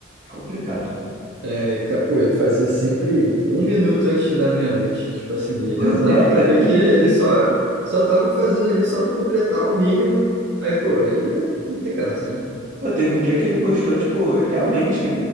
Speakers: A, on the right; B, on the right.
A: complicado.
B: é, ca- pô, ele fazia sempre um minuto antes da meia-noite. Tipo assim, ele
A: Pois
B: real- dava
A: é,
B: pra
A: cara,
B: ver
A: tem
B: que ele
A: isso ainda.
B: só só tava fazendo ali só pra completar o mínimo. Aí, pô, aí não tem graça, né?
A: Pô, teve um dia que ele postou, tipo, realmente,